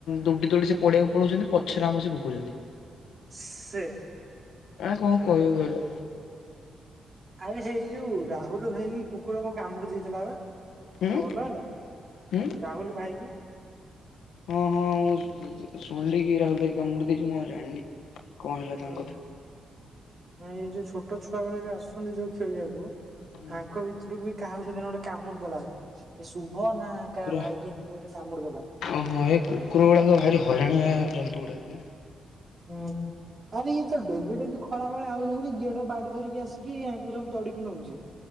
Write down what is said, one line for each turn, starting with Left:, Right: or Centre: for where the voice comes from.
Left: ଦୋଡି ଦୋଡି ସେ ପଡ଼ିଆକୁ ପଳଉଛନ୍ତି ପଛରେ ଆମ ସେ ଭୋକଉଛନ୍ତି।
Right: ସେ
Left: ଆଁ କଣ କହିବ କହିଲ?
Right: ଆରେ ସେଇ ଯୋଉ ରାହୁଲ ର ଭାଇ କୁକୁର କଣ କାମୁଡି ଦେଇଥିଲା ବା?
Left: ହୁଁ
Right: ସେ ଭଲ ହେଲା
Left: ହୁଁ
Right: ରାହୁଲ ଭାଇ କି।
Left: ହଁ ହଁ ମୁଁ ଶୁ ଶୁଣିଲି କି ରାହୁଲ ଭାଇ କାମୁଡି ଦେଇଛି ମୁଁ ଆଉ ଜାଣିନି। କଣ ହେଲା
Right: ହଁ
Left: ତାଙ୍କ କଥା
Right: ନାଇ ଏଇ ଯୋଉ ଛୋଟ ଛୁଆ ଗୁଡ ବି ଆସଛନ୍ତି ଯୋଉ ଖେଳିବାକୁ
Left: ହୁଁ
Right: ଆଙ୍କ ଭିତରକୁ ବି କାହା ହ ସେଦିନ ଗୋଟେ କାମୁଡି ଦେଲା, ଏ ସୁବ ହଁ ନା
Left: କୁକୁର
Right: କା ଭାଇ କିି ଏମିତି ଗୋଟେ କାମୁଡିଗଲା।
Left: ଓହୋ ଏ କୁକୁର ଗୁଡାକ ଭାରି ହଇରାଣଆ ଜନ୍ତୁ ଗୁଡାକ ନା।
Right: ହଁ। ଆରେ ଇଏ ତ ଡେଲି ଡେଲି ଖରା ବେଳେ ଆଉଛନ୍ତି ଗେଡ ବାଡି ଧରିକି ଆସିକିୟାକୁ ସବୁ ତଡିକି ନଉଛି। ଁ